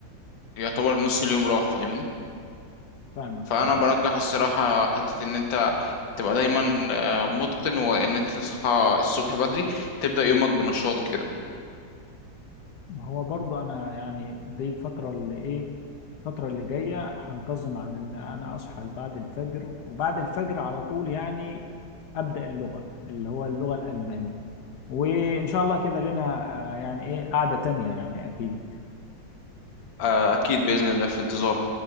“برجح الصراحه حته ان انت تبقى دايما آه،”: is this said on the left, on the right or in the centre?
Left